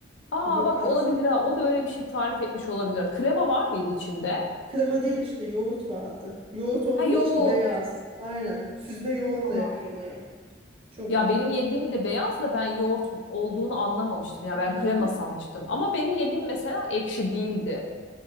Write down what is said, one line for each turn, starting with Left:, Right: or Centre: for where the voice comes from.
Left: Aa
Right: Bir bakarsın.
Left: bak olabilir ha. O da öyle bir şey tarif etmiş olabilir. Krema var mıydı içinde?
Right: Krema değil işte yoğurt vardı. Yoğurt olduğu
Left: Ha yok.
Right: için beyaz. Aynen. Süzme yoğurtla
Left: Tamam.
Right: yapılıyor. Çok.
Left: Ya benim yediğim de beyaz da ben yoğurt olduğunu anlamamıştım. Ya ben
Right: Hı
Left: krema
Right: hı.
Left: sanmıştım. Ama benim yediğim mesela ekşi değildi.